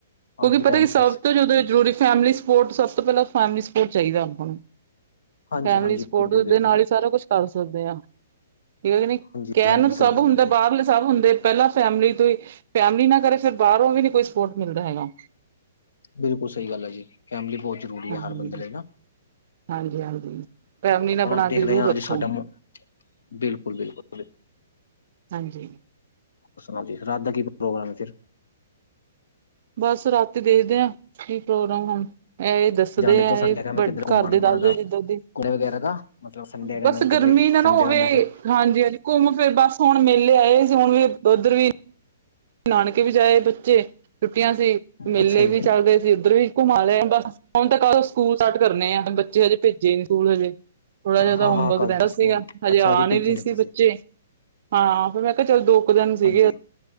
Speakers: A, on the right; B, on the left.
A: ਕਿਉਂਕਿ
B: ਅੱਜ ਦੇ
A: ਪਤਾ
B: ਟਾਈਮ
A: ਕਿ ਸਭ
B: ਵਿੱਚ
A: ਤੋਂ ਜ਼ਿਆਦਾ ਜ਼ਰੂਰੀ ਫੈਮਿਲੀ ਸਪੋਰਟ ਸਭ ਤੋਂ ਪਹਿਲਾਂ ਫੈਮਿਲੀ ਸਪੋਰਟ ਚਾਹੀਦਾ ਆਪਾਂ ਨੂੰ
B: ਹਾਂਜੀ
A: ਫੈਮਿਲੀ
B: ਹਾਂਜੀ
A: ਸਪੋਰਟ
B: ਬਿਲਕੁਲ ਬਿਲਕੁਲ
A: ਦੇ ਨਾਲ ਹੀ ਸਾਰਾ ਕੁਛ ਕਰ ਸਕਦੇ ਹਾਂ ਠੀਕ ਆ ਕੇ ਨਹੀਂ
B: ਹਾਂਜੀ
A: ਕਹਿਣ
B: ਹਾਂਜੀ
A: ਨੂੰ
B: ਸਹੀ
A: ਸਭ
B: ਗੱਲ
A: ਹੁੰਦਾ।
B: ਹੈ ਜੀ
A: ਲੇ ਸਭ ਹੁੰਦੇ ਪਹਿਲਾਂ ਫੈਮਿਲੀ ਤੋਂ ਫੈਮਲੀ ਨਾ ਕਰੇ ਫਿਰ ਬਾਹਰੋਂ ਵੀ ਨੀ ਕੋਈ ਸਪੋਰਟ ਮਿਲਦਾ ਹੈਗਾ।
B: ਬਿਲਕੁਲ ਸਹੀ ਗੱਲ ਆ ਜੀ ਫੈਮਿਲੀ ਬਹੁਤ ਜ਼ਰੂਰੀ
A: ਹਾਂਜੀ
B: ਆ ਹਰ ਬੰਦੇ ਲਈ ਨਾ
A: ਹਾਂਜੀ ਹਾਂਜੀ, ਫੈਮਲੀ
B: ਆਪਣਾ
A: ਨਾਲ ਬਣਾ
B: ਦੇਖਦੇ
A: ਕੇ ਜ਼ਰੂਰ
B: ਹਾਂ ਅੱਜ
A: ਰੱਖੋ।
B: ਸਾਡਾ ਮੌ- ਬਿਲਕੁਲ ਬਿਲਕੁਲ ਬ
A: ਹਾਂਜੀ।
B: ਸੁਣਾਓ ਜੀ ਰਾਤ ਦਾ ਕੀ ਪ੍ਰੋਗਰਾਮ ਐ ਫਿਰ?
A: ਬਸ ਰਾਤੀ ਦੇਖਦੇ ਆ ਕੀ ਪ੍ਰੋਗਰਾਮ ਹੁਣ ਇਹ ਦੱਸ
B: ਜਾਣੇ
A: ਦੇ ਐ
B: ਤੋਂ ਸੰਡੇ ਦਾ ਮੈਂ ਕਿੱਧਰ
A: ਘਰਦੇ
B: ਘੁੰਮਣ ਘੁੰਮਣ
A: ਦੱਸਦੇ
B: ਦਾ
A: ਜਿੱਧਰ ਦੀ
B: ਘੁੰਮਣ ਵਗੈਰਾ ਦਾ ਮਤਲਬ ਸੰਡੇ ਦਾ
A: ਬਸ
B: ਮੈਂ ਕਿਧਰੇ
A: ਗਰਮੀ ਨਾ
B: ਸੰਡੇ
A: ਨਾ ਹੋਵੇ
B: ਦਾ ਮੌਸਮ
A: ਹਾਂਜੀ ਹਾਂਜੀ ਘੁੰਮ ਫਿਰ ਬਸ ਹੁਣ ਮੇਲੇ ਆਏ ਸੀ ਹੁਣ ਵੀ ਉੱਧਰ ਵੀ ਨਾਨਕੇ ਵੀ ਜਾ ਆਏ ਬੱਚੇ ਛੁੱਟੀਆਂ ਸੀ। ਮੇਲੇ
B: ਅੱਛਾ ਜੀ
A: ਵੀ ਚੱਲਦੇ ਸੀ ਉੱਧਰ ਵੀ ਘੁੰਮਾ ਲਏ ਬਸ ਹੁਣ ਤਾਂ ਕੱਲ ਸਕੂਲ ਸਟਾਰਟ ਕਰਨੇ ਆ ਬੱਚੇ ਹਜੇ ਭੇਜੇ ਨੀ। ਸਕੂਲ ਹਜੇ ਥੋੜ੍ਹਾ ਜਾ ਤਾਂ
B: ਹਾਂ
A: ਹੋਮਵਰਕ
B: ਹਾਂ ਕੱਲ
A: ਰਹਿੰਦਾ
B: ਤੋਂ ਸਕੂਲ
A: ਸੀਗਾ ਹਜੇ
B: ਅੱਛਾ
A: ਆਣੇ
B: ਜੀ ਭੇਜੇ
A: ਵੀ
B: ਨੇ
A: ਸੀ
B: ਤੁਸੀਂ
A: ਬੱਚੇ। ਹਾਂ ਫਿਰ ਮੈਂ ਕਿਹਾ ਚੱਲ ਦੋ ਕੁ ਦਿਨ ਸੀਗੇ
B: ਹਾਂਜੀ